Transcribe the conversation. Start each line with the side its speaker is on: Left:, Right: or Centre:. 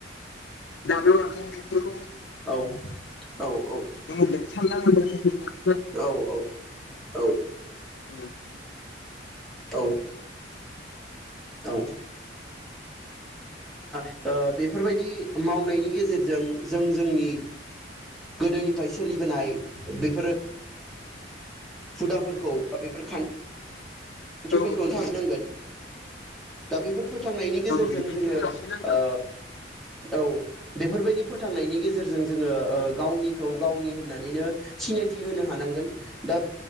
Left: बेफोरखौ
Centre: औ औ औ
Left: द थानना मोन
Centre: औ औ औ
Left: औ
Centre: औ औ ओ बेफोरबायदि मावनायनि गेजेरजों जों जोंनि गोदोनिफ्राय सोलिबोनाय बेफोर हुदाफोरखौ बा बेफोर खान्थि। खथिफोरखौ
Left: औ
Centre: जाबनांगोन। दाबिफोर फोथांनायनि गेजेरजों
Left: बेबायदिनो
Centre: जोङो
Left: लाखिनांगौ
Centre: ओ औ बेफोरबायदि। फोथांनायनि गेजेरजों जोंङो गावनिखौ गावनि होननानैनो सिनायथि होनो हानांगोन दा